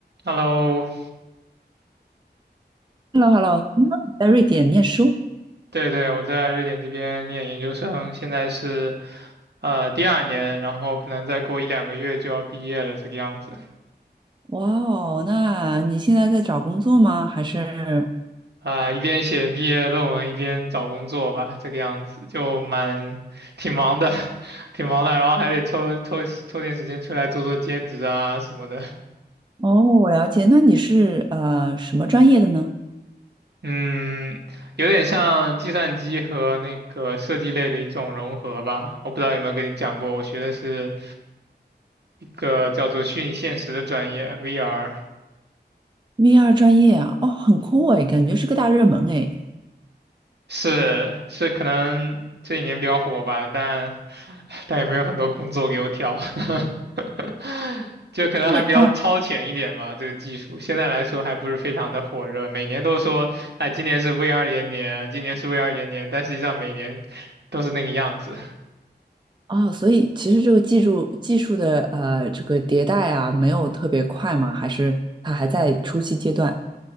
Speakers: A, on the right (about 70°); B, on the right (about 25°).
A: Hello，
B: Hello，Hello，听说你在瑞典念书，
A: 对对，我在瑞典这边念研究生，现在是呃第二年，然后可能再过一两个月就要毕业了，这个样子。
B: 哇哦，那你现在在找工作吗？还是？
A: 啊、一边写毕业论文，一边找工作吧，这个样子就蛮挺忙的，<laughs> 挺忙的，然后还得抽抽抽点时间出来做做兼职啊什么的。
B: 哦，我了解，那你是呃什么专业的呢
A: 嗯，有点像计算机和那个设计类的一种融合吧，我不知道有没有跟你讲过，我学的是。一个叫做虚拟现实的专业，VR
B: ？VR 专业啊，哦，很酷哎，感觉是个大热门哎。
A: 是是可能这几年比较火吧，但 <laughs> 但也没有很多工作给我挑，<laughs> 就可能还比较超前一点吧。
B: 是，嗯，
A: 这个技术现在来说还不是非常的火热，每年都说哎，今年是 VR 元年，今年是 VR 元年，但实际上每年都是那个样子。
B: 哦，所以其实这个技术技术的呃这个迭代啊，没有特别快吗？还是它还在初期阶段？